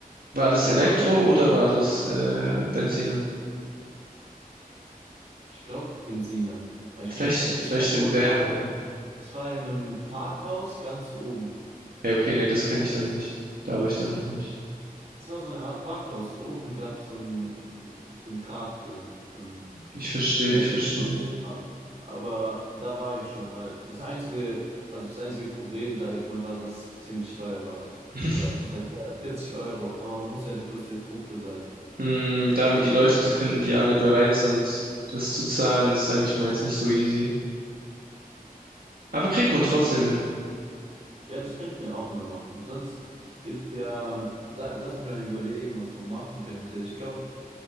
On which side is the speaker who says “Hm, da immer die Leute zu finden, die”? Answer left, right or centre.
Right